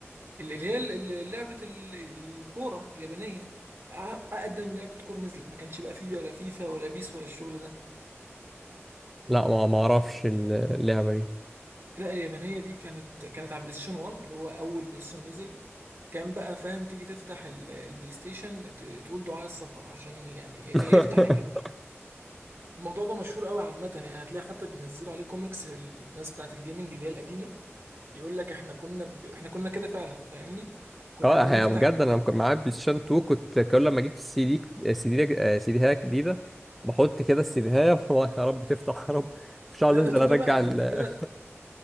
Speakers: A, on the right (about 60°); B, in the centre.
A: ال- اللي هي ال- ال- لعبة ال- الكورة اليابانية أ- أقدم لعبة كورة نزلت ما كانش بقى فيه ولا فيفا ولا بيس ولا الشغل ده
B: لا ما ما اعرفش اللعبه دي
A: لا اليابانية دي كانت كانت على بلاي ستيشن 1 اللي هو أول بلاي ستيشن نزل كان بقى فاهم تيجي تفتح ال- البلاي ستيشن ت- تقول دعاء السفر عشان يعني يا
B: <laughs>
A: يا يفتح يا ما يفتح الموضوع ده مشهور قوي عامة يعني هتلاقي حتى بينزلوا عليه كوميكس الناس بتاعة الجيمنج اللي هي القديمة يقول لك احنا كنا ب... احنا كنا كده فعلا فاهمني كنا
B: اه
A: نيجي
B: هي
A: نفتح
B: بجد
A: ال-
B: انا كنت معايا بلاي ستيشن 2 كنت كل لما اجيب السي دي سي دي آه، سي ديها جديده بحط كده السي ديها <laughs> يا رب تفتح يا رب مش عاوز
A: لا
B: انزل
A: ده تو
B: ارجع
A: ده بقى ده
B: ال
A: انت كده 2